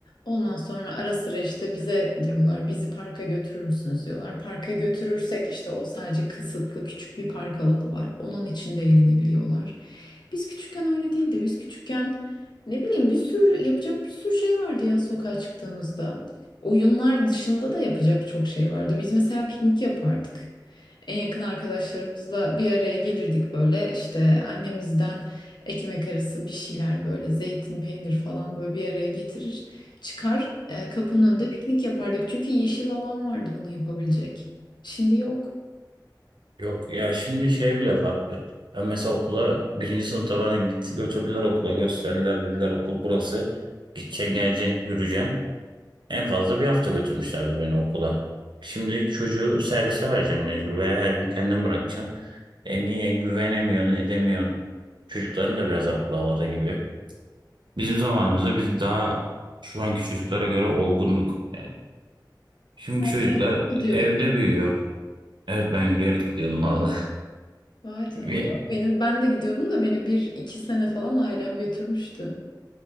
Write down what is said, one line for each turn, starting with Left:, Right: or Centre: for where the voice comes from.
Left: Ondan sonra ara sıra işte bize diyorlar, bizi parka götürür müsünüz diyorlar. Parka götürürsek işte o sadece kısıtlı küçük bir park alanı var. Onun içinde eğlenebiliyorlar. Biz küçükken öyle değildi. Biz küçükken ne bileyim bir sürü yapacak bir sürü şey vardı ya sokağa çıktığımızda. Oyunlar dışında da yapacak çok şey vardı. Biz mesela piknik yapardık. En yakın arkadaşlarımızla bir araya gelirdik böyle işte annemizden ekmek arası bir şeyler böyle zeytin peynir falan böyle bir araya getirir çıkar e, kapının önünde piknik yapardık çünkü yeşil alan vardı onu yapabilecek. Şimdi yok.
Right: Yok ya şimdi şey bile farklı. Ben mesela okula birinci sınıfta bana git, götürdüler okula gösterdiler dediler okul burası. Gideceksin geleceksin yürüyeceksin. En fazla bir hafta götürmüşlerdi beni okula. Şimdi çocuğu servise vereceğim mecbur veya her gün kendin bırakacaksın. E niye güvenemiyorsun edemiyorsun. Çocukların da biraz aklı havada gibi. Bizim zamanımızda biz daha şu anki çocuklara göre olgunduk. Yani şimdiki
Left: Sen
Right: çocuklar
Left: kendin mi gidiyordun?
Right: evde büyüyor. Evet ben yürüyerek gidiyordum valla.
Left: Vay canına
Right: <laughs> Bir-
Left: yok beni ben de gidiyordum da beni bir iki sene falan ailem götürmüştü.